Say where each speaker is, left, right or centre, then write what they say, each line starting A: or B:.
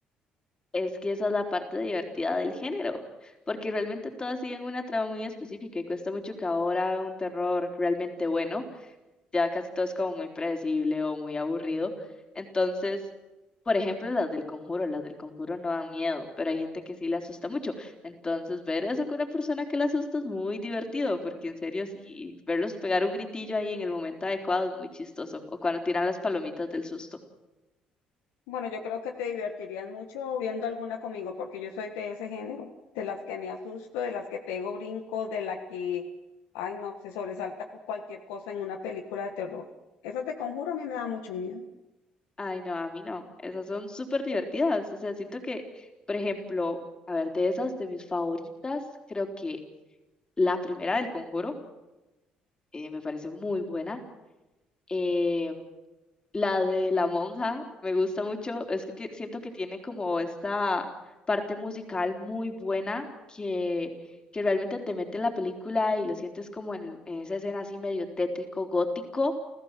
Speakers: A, on the left; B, on the left.
A: Es que esa es la parte divertida del género, porque realmente todas siguen una trama muy específica y cuesta mucho que ahora hagan un terror realmente bueno, ya casi todo es como muy predecible o muy aburrido. Entonces, por ejemplo, las del Conjuro, las del Conjuro no dan miedo, pero hay gente que sí le asusta mucho. Entonces, ver eso con una persona que le asusta es muy divertido, porque en serio sí, verlos pegar un gritillo ahí en el momento adecuado es muy chistoso, o cuando tiran las palomitas del susto.
B: Bueno, yo creo que te divertirías mucho viendo alguna conmigo, porque yo soy de ese género, de las que me asusto, de las que pego brinco, de la que, ay no, se sobresalta con cualquier cosa en una película de terror. Esas de Conjuro a mí me da mucho miedo.
A: Ay, no, a mí no. Esas son súper divertidas. O sea, siento que, por ejemplo, a ver, de esas, de mis favoritas, creo que la primera del Conjuro eh, me parece muy buena. Eh, la de la monja me gusta mucho. Es que ti- siento que tiene como esta parte musical muy buena que, que realmente te mete en la película y lo sientes como en, en esa escena así medio tétrico, gótico